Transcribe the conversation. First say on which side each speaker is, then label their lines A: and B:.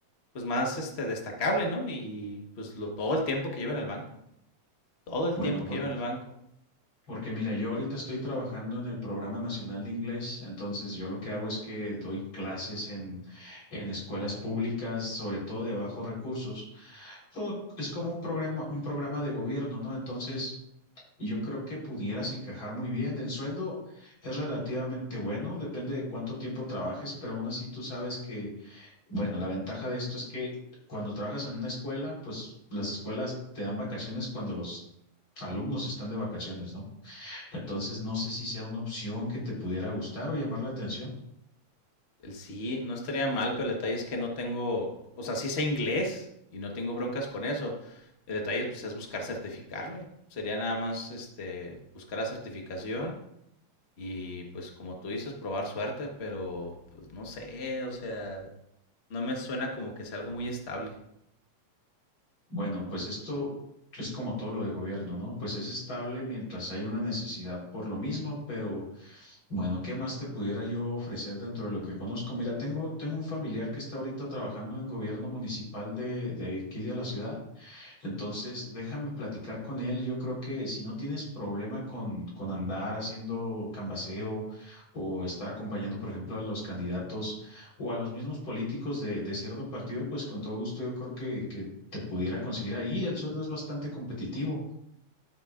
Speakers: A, on the left; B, on the left.
A: pues más, este, destacable, ¿no? Y pues lo, todo el tiempo que llevo en el banco, todo el
B: Bueno,
A: tiempo
B: por-
A: que llevo en el banco.
B: porque mira, yo ahorita estoy trabajando en el Programa Nacional de Inglés, entonces yo lo que hago es que doy clases en, en escuelas públicas, sobre todo de bajos recursos. Todo es como un programa, un programa de gobierno, ¿no? Entonces... y Yo creo que pudieras encajar muy bien. El sueldo es relativamente bueno, depende de cuánto tiempo trabajes, pero aún así tú sabes que, bueno, la ventaja de esto es que cuando trabajas en una escuela, pues las escuelas te dan vacaciones cuando los alumnos están de vacaciones, ¿no? Entonces, no sé si sea una opción que te pudiera gustar o llamar la atención.
A: El sí, no estaría mal, pero el detalle es que no tengo, o sea, sí sé inglés y no tengo broncas con eso. El detalle pues, es buscar certificarme. Sería nada más este, buscar la certificación y pues como tú dices, probar suerte, pero pues no sé, o sea, no me suena como que sea algo muy estable.
B: Bueno, pues esto es como todo lo de gobierno, ¿no? Pues es estable mientras hay una necesidad por lo mismo, pero... Bueno, ¿qué más te pudiera yo ofrecer dentro de lo que conozco? Mira, tengo, tengo un familiar que está ahorita trabajando en gobierno municipal de, de aquí de la ciudad. Entonces, déjame platicar con él. Yo creo que si no tienes problema con, con andar haciendo cambaceo o estar acompañando, por ejemplo, a los candidatos o a los mismos políticos de, de cierto partido, pues con todo gusto yo creo que, que te pudiera conseguir ahí. El sueldo es bastante competitivo.